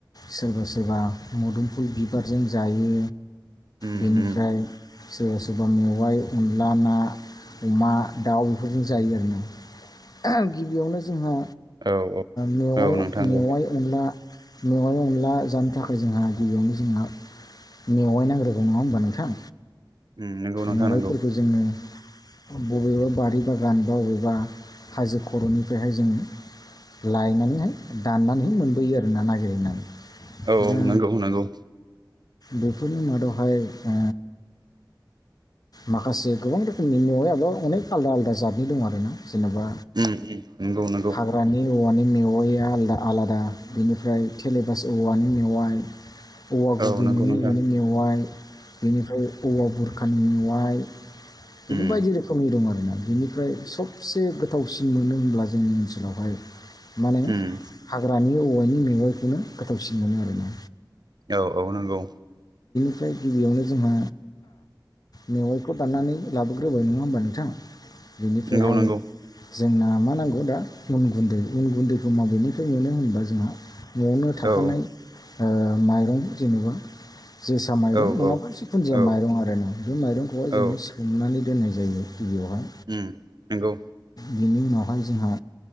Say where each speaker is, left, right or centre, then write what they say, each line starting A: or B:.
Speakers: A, on the left (about 55°); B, on the right (about 65°).
A: सोरबा सोरबा मुदुमफुल बिबारजों जायो
B: उम
A: बेनिफ्राय
B: उम
A: सोरबा सोरबा मेवाइ अनला ना अमा दाउ बेफोरजों जायो आरो ओहम गिबियावनो जोंहा
B: औ औ
A: मेवाय
B: औ नोंथांगौ
A: मेवाय अनला मेवाय अनला जानो थाखाय जोंहा गबियावनो जोंहा मेवाय नांग्रोगोन नङा होमबा नोंथां
B: उम नंगौ नोंथां
A: मेवाइफोरखौ
B: नंगौ
A: जोंनो बबेबा बारि बागान बा बबेबा हाजो खर'निफ्रायहाय जों लायनानैहाय दाननानैहाय मोनबोयो आरोना नागिरहैनानै
B: औ
A: दा
B: नंगौ नंगौ।
A: बेफोरनि मादावहाय ओ माखासे गोबां रोखोमनि मेवायाबो अनेक आलदा आलादा जादनि दं आरो ना जेनेबा
B: उम उम नंगौ नंगौ
A: हाग्रानि औवानि मेवाइया आलदा आलादा बेनिफ्राय थेलेबास औवानि मेवाइ औवा
B: औ
A: गुबैनायनि
B: नंगौ नोंथां
A: मुवानि मेवाइ बेनिफ्राय औवा बुरखानि मेवाय बिदिनो
B: उम
A: बायदि रोखोमनि दं आरो ना बिनिफ्राय सबसे गोथावसिन मोनो होनब्ला जोंनि ओनसोलावहाय माने
B: उम
A: हाग्रानि औवानि मेवाइखौनो गोथावसिन मोनो आरो ना
B: औ औ नंगौ
A: ओमफ्राय गिबियावनो जोंहा मेवाइखौ दाननानै लाबोग्रोबाय नङा होमबा नोंथां बिनिफ्रायहाय
B: नंगौ नंगौ
A: जोंना मा नांगौ दा उन गुन्दै उन गुन्दैखौ माबेनिफ्राय मोनो होनबा जोंहा न'आवनो थाखानाय
B: औ
A: माइरं जेनेबा जोसा माइरं
B: औ
A: नङाबा
B: औ
A: जिखुनुजाया
B: औ
A: माइरं आरो ना बे माइरंखौहाय
B: औ
A: जोंङो सोमनानै दोननाय जायो गिबियावहाय
B: उम नंगौ
A: बेनि उनावहाय जोंहा